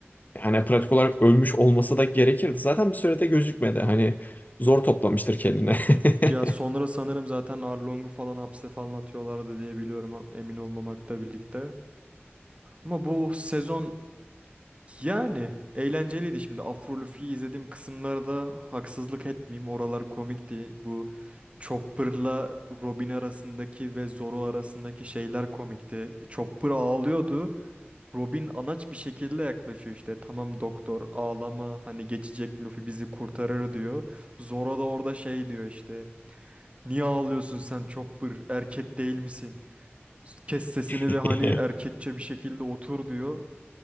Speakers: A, on the left; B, on the right.
A: Yani pratik olarak ölmüş olması da gerekirdi. Zaten bir sürede gözükmedi. Hani zor toplamıştır kendine. <laughs>
B: Ya sonra sanırım zaten Arlong'u falan hapse falan atıyorlardı diye biliyorum emin olmamakla birlikte. Ama bu sezon yani eğlenceliydi şimdi. Afro Luffy'yi izlediğim kısımlarda haksızlık etmeyeyim. Oralar komikti. Bu Chopper'la Robin arasındaki ve Zoro arasındaki şeyler komikti. Chopper ağlıyordu. Robin anaç bir şekilde yaklaşıyor işte. Tamam doktor ağlama hani geçecek Luffy bizi kurtarır diyor. Zoro da orada şey diyor işte. Niye ağlıyorsun sen Chopper erkek değil misin? Kes sesini
A: Tü-
B: ve hani erkekçe bir şekilde otur diyor.